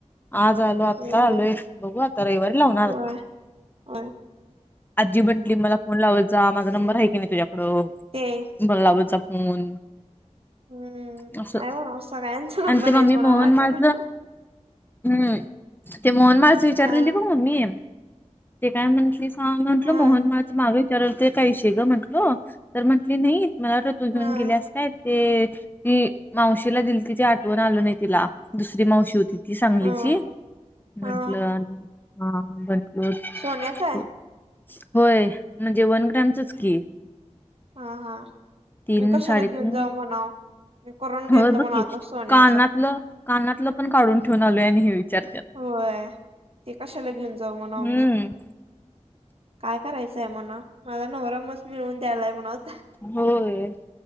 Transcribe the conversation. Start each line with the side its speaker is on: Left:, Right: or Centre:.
Left: आज आलो आत्ता
Right: हम्म
Left: आलोय. बघू आता रविवारी लावणार
Right: होय
Left: आता.
Right: होय
Left: आजी म्हंटली मला फोन लावत जा माझा नंबर
Right: हम्म
Left: हाय की नाय तुझ्याकडं.
Right: ते
Left: <inaudible> बंगलावरचा फोन. <inaudible>
Right: हम्म
Left: असं
Right: काय म्हणाव सगळ्यांच नंबर
Left: आणि ते
Right: आहेत
Left: मम्मी
Right: म्हणाव
Left: मोहन
Right: माझ्याकडे
Left: माझ. हम्म ते मोहनमालच विचारलेली
Right: हा
Left: बघ म मी. ते काय म्हंटलीस? हां म्हंटल
Right: हा
Left: मोहन मां मागे विचारलं ते काही हिशेग म्हटल तर म्हटली नाही. मला वाट तू घेऊन
Right: हा
Left: गेलेस काय ते. ती मावशीला दिली तिथ आठवण आलं नाही तिला दुसरी मावशी होती ती सांगली.
Right: हा
Left: म्हटलं
Right: हा हा
Left: हा म्हंटलो
Right: सोन्याचा आहे
Left: <unintelligible> होय म्हणजे वन ग्रामचच की.
Right: हा हा.
Left: तीन
Right: मी कशाला
Left: साडेतीीन
Right: घेऊन जाऊ म्हणाव मी करून घेतो
Left: हो बकी
Right: म्हणाव आता सोन्याच
Left: कानातलं. कानातलं पण काढून ठेऊून आलोय आणि हेवी. <inaudible> च
Right: होय ते कशाला घेऊन जाऊ म्हणाव
Left: हम्म.
Right: मी काय करायचंय म्हणा माझा नवरमच मिळवून द्यायलाय म्हण आता.
Left: होय.